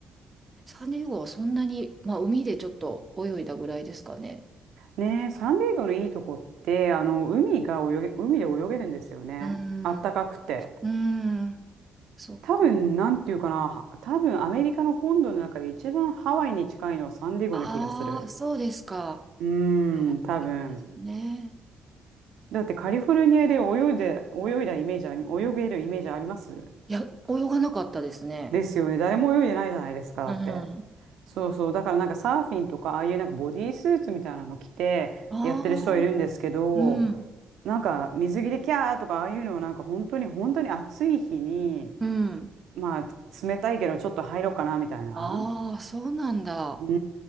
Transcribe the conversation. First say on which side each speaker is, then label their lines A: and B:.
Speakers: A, on the right; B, on the right.
A: サンディエゴはそんなに、まあ、海でちょっと泳いだぐらいですかね。
B: ねえ、サンディエゴのいいとこって、あの、海が泳げ、海で泳げるんですよね。
A: うー
B: あったかくて。
A: ん、うーん、そっか。
B: 多分、なんていうかな、は多分アメリカの本土の中で一番ハワイに近いのはサンディエゴな気がする。
A: ああ、そうですか。
B: うーん、多分。
A: もういいですね。
B: だってカリフォルニアで泳いで、泳いだイメージあり、泳げるイメージあります
A: いや、泳がなかったですね。
B: ですよね。誰も泳いでないじゃないですか、だって。
A: うん。あ
B: そうそう。だからなんかサーフィンとか、ああいうなんかボディースーツみたいなの着てやってる人はいるんですけど、
A: あ、うん、
B: なんか水着でキャーとか、ああいうのをなんか本当に本当に暑い日に、
A: うん。
B: まあ冷たいけどちょっと入ろうかなみたいな。
A: ああ、そうなんだ。
B: うー